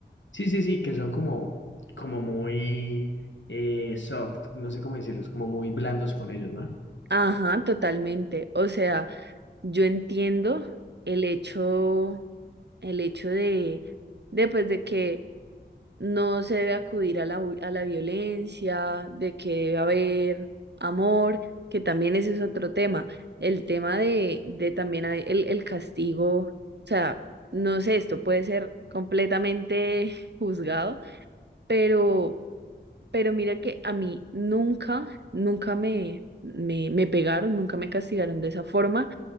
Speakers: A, on the left (about 80°); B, on the right (about 65°).
A: Sí, sí, sí, que son como, como muy eh, soft, no sé cómo decirlos, como muy blandos con ellos, ¿no?
B: Ajá, totalmente. O sea, yo entiendo el hecho, el hecho de, de, pues, de que no se debe acudir a la, vi- a la violencia, de que debe haber amor, que también ese es otro tema. El tema de, de también hay el, el castigo, o sea, no sé, esto puede ser completamente <laughs> juzgado, pero, pero mira que a mí nunca, nunca me, me, me pegaron, nunca me castigaron de esa forma